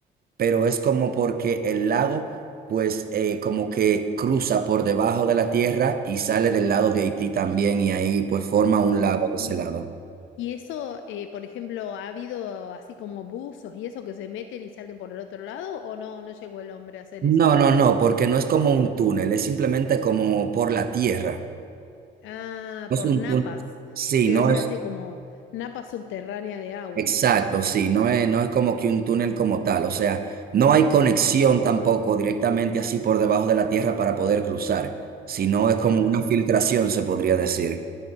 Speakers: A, on the right (about 50°); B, on the left (about 75°).
A: pero es como porque el lago, pues, eh, como que cruza por debajo de la tierra y sale del lado de Haití también, y ahí, pues, forma un
B: Mm.
A: lago de ese lado.
B: Y eso, eh, por ejemplo, ¿ha habido así como buzos y eso que se meten y salen por el otro lado? ¿O no? No llegó el hombre a hacer
A: No,
B: eso.
A: no, no, porque no es como un túnel, es simplemente como por la tierra.
B: Ah,
A: No
B: por
A: es un
B: napas.
A: túnel. Sí,
B: Debe
A: no
B: ser
A: es.
B: así como napa subterránea de agua.
A: Exacto, sí, no es, no es como que un túnel como tal, o sea, no hay conexión tampoco directamente así por debajo de la tierra para poder cruzar, sino es como
B: Claro.
A: una filtración, se podría decir.